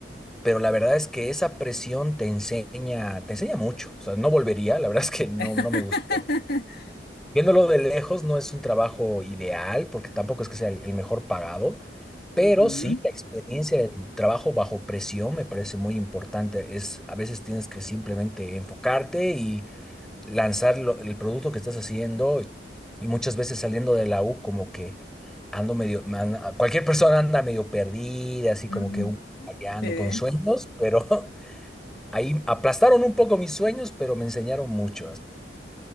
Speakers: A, in the centre; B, on the left.
A: Pero la verdad es que esa presión te enseña, te enseña mucho. O sea, no volvería, la verdad es que no,
B: <laughs>
A: no me gustó Viéndolo de lejos, no es un trabajo ideal, porque tampoco es que sea el, el mejor pagado, pero
B: ujú,
A: sí la experiencia del trabajo bajo presión me parece muy importante. Es, a veces tienes que simplemente enfocarte y lanzar lo- el producto que estás haciendo. Y, y muchas veces saliendo de la U, como que ando medio, me anda- cualquier persona anda medio perdida, así como
B: Ujú. ujú,
A: que un poco variando
B: sí.
A: con sueños, pero <laughs> ahí aplastaron un poco mis sueños, pero me enseñaron mucho. así